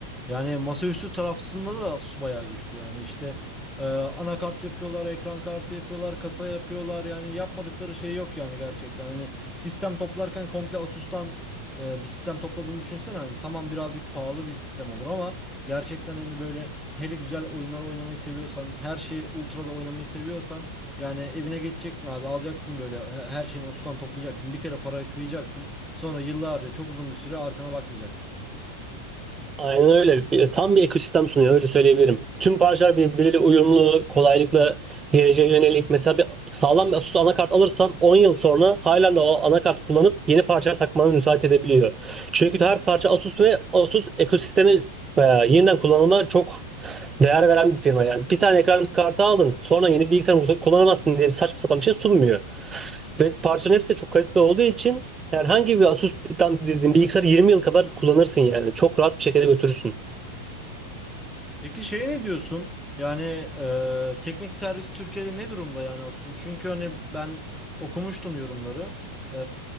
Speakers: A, in the centre; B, on the right.
A: Yani masaüstü tarafında da Asus bayağı güçlü yani işte e, anakart yapıyorlar, ekran kartı yapıyorlar, kasa yapıyorlar yani yapmadıkları şey yok yani gerçekten. Hani sistem toplarken komple Asus'tan e, bir sistem topladığını düşünsene hani tamam birazcık pahalı bir sistem olur ama gerçekten hani böyle hele güzel oyunlar oynamayı seviyorsan, her şeyi ultra'da oynamayı seviyorsan yani evine geçeceksin abi alacaksın böyle he- her şeyini Asus'tan toplayacaksın. Bir kere para kıyacaksın. Sonra yıllarca çok uzun bir süre arkana bakmayacaksın.
B: Aynen öyle. Bir- Tam bir ekosistem sunuyor öyle söyleyebilirim. Tüm parçalar birbiriyle uyumlu, kolaylıkla geleceğe yönelik. Mesela bir sağlam bir Asus anakart alırsan 10 yıl sonra halen de o anakart kullanıp yeni parçalar takmana müsaade edebiliyor. Çünkü her parça Asus ve Asus ekosistemi e, yeniden kullanıma çok değer veren bir firma yani. Bir tane ekran kartı aldın sonra yeni bilgisayar kullanamazsın diye saçma sapan bir şey sunmuyor. Ve parçaların hepsi de çok kaliteli olduğu için herhangi bir Asus'tan dizdiğin bilgisayarı 20 yıl kadar kullanırsın yani. Çok rahat bir şekilde götürürsün.
A: Peki şey ne diyorsun? Yani e, teknik servis Türkiye'de ne durumda yani Asun? Çünkü hani ben okumuştum yorumları. E,